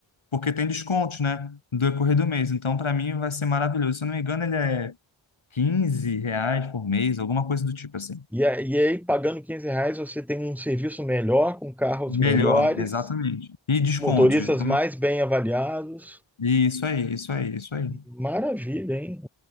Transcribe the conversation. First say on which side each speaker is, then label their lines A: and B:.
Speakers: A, on the left; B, in the centre.
A: porque tem descontos, né, do decorrer do mês. Então, para mim vai ser maravilhoso. Se eu não me engano, ele é 15 reais por mês, alguma coisa do tipo assim.
B: E, a- e aí, pagando 15 reais, você tem um serviço melhor, com carros
A: Melhor,
B: melhores,
A: exatamente. E descontos.
B: motoristas
A: Então,
B: mais bem avaliados.
A: isso aí, isso aí, isso aí.
B: Maravilha, hein?